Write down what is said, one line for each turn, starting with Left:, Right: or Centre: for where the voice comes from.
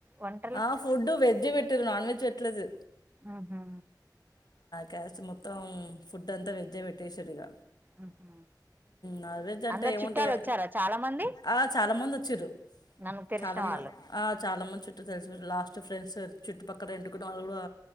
Right: వంటలు
Left: ఆ ఫుడ్ వె జ్జే ఆ పెట్టిర్రు నాన్ వెజ్ ఎట్లేదు
Right: ఆహా
Left: క్యాస్ట్ మొత్తం ఫుడ్ అంతా వెజ్జే పెట్టేసార్ ఇగ
Right: ఉహు
Left: నాన్ వెజ్ అంటే
Right: అందరు
Left: ఏముంటాయి
Right: చుట్టాలు వచ్చారా చాలా మంది
Left: ఆ చాలా మందొచ్చిర్రు
Right: నన్ను తెలిసిన
Left: చాలా మం
Right: వాళ్ళు
Left: ఆ చాలా మంది చుట్టూ తెలిసినోల్ లాస్ట్ చు ఫ్రెండ్స్ చుట్టుపక్కల రెంటుకున్న వాళ్ళు కూడా